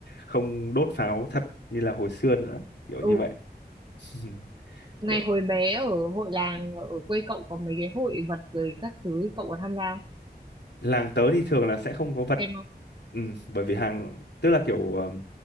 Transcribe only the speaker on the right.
ừ
Này
hồi bé ở hội làng ở quê cậu có mấy cái hội vật rồi các thứ cậu có tham gia không?
Xem không?